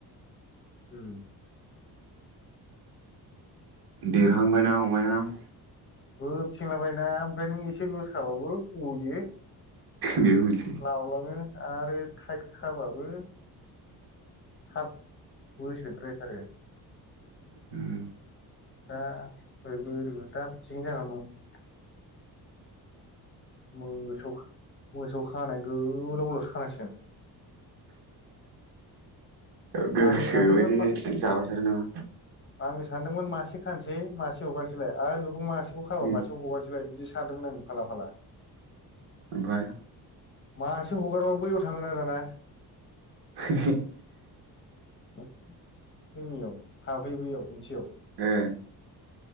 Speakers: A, on the left; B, on the right.
A: उम।
B: देरहांबायना ना अमाया? <inaudible>
A: बोबथिंला बायोना ओमफ्राय नों एसे लुस खाबाबो गयो।
B: बेबो मोनसे
A: लावलाङो आरो थाइद खाबाबो थाब बोसोद्रायथारो।
B: ओम।
A: दा ओरैबो ओरैबो दा अबेथिं जानानै दं? मोसौ खा मोसौ खानाय गोलाव गोलावसो खानांसिगोन।
B: गोसो
A: आङो सानदोंमोन
B: बायदि
A: मा
B: जाबाय थादों नामा
A: आङो सानदोंमोन मासे खानसै मा से हगारनोसैलाय आरो बेखौ मासे खौ खाबा
B: उम
A: मासेखौ हगारसैबाय बिदि सानदोंमोन आं फाला फाला।
B: ओमफ्राय
A: मासे हगारबा बैयाव थाङोना दाना
B: <unintelligible>
A: जोंनियाव हाबहै बैयाव मोनसेयाव।
B: ए।